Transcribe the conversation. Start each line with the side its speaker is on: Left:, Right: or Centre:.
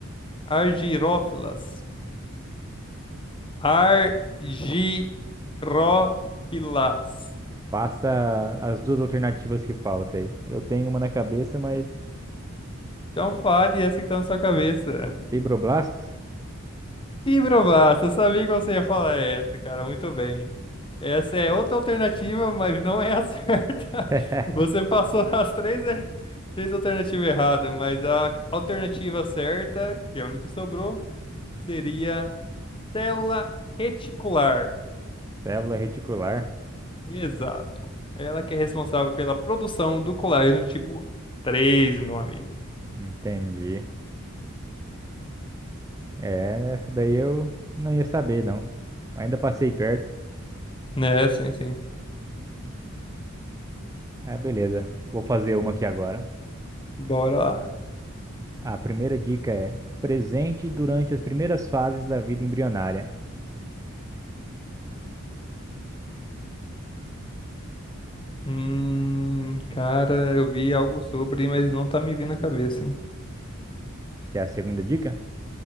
Left: Argirófilas. Argirófilas.
Right: Passa as duas alternativas que faltam aí. Eu tenho uma na cabeça, mas
Left: Então fale essa que tá na sua cabeça.
Right: fibroblastos?
Left: Ih, Brovato, eu sabia que você ia falar essa, cara. Muito bem. Essa é outra alternativa, mas não é a <laughs> certa.
Right: <laughs>
Left: Você passou as três, er- três alternativas erradas, mas a alternativa certa, que é a única que sobrou, seria célula reticular.
Right: Célula reticular.
Left: Exato. Ela que é responsável pela produção do colágeno tipo três, meu amigo.
Right: Entendi. É, essa daí eu não ia saber, não. Ainda passei perto.
Left: Né, sim, sim.
Right: Ah, beleza. Vou fazer uma aqui agora.
Left: Bora lá.
Right: A primeira dica é presente durante as primeiras fases da vida embrionária.
Left: Hum, cara, eu vi algo sobre, mas não tá me vindo na cabeça, hein?
Right: Que é a segunda dica?